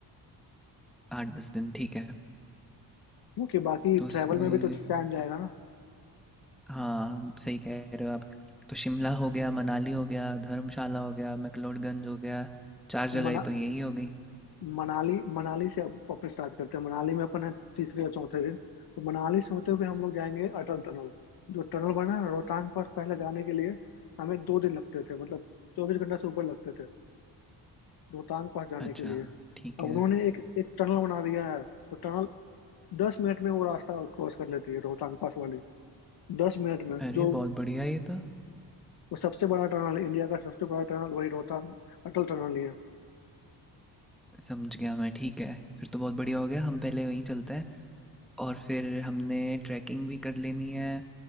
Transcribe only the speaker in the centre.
8-10 दिन ठीक है।
तो उसमें
हाँ, सही कह रहे हो आप। तो शिमला हो गया, मनाली हो गया, धर्मशाला हो गया, मैक्लोडगंज हो गया, 4 जगह
तो यही हो गई।
अच्छा,
ठीक
है।
अरे!
बहुत बढ़िया ये तो।
समझ गया मैं, ठीक है। फिर तो बहुत बढ़िया हो गया, हम पहले वहीं चलते हैं और फिर हमने ट्रैकिंग भी कर लेनी है।